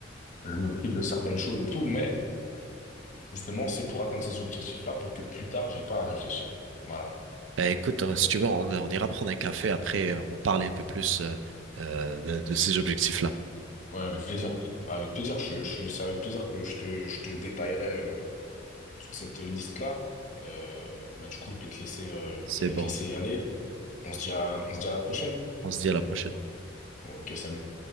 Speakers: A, on the left (about 40°); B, on the right (about 75°).
A: je me prive de certaines choses et tout, mais justement, c'est pour atteindre ces objectifs-là pour que plus tard, j'ai pas à réfléchir. Voilà.
B: Eh, écoute, hein, si tu veux, on, on ira prendre un café après, euh, on parle un peu plus euh, euh, de, de ces objectifs-là.
A: Ouais, avec plaisir. Enfin, Avec plaisir. Je, je, c'est avec plaisir que je te, je te détaillerai euh, toute cette liste-là. Euh, bah, du coup, je vais te laisser, euh,
B: C'est
A: je vais
B: bon,
A: te laisser y aller. On se dit à, on se dit à la prochaine.
B: on se dit à la prochaine.
A: Ouais, Ok, salut.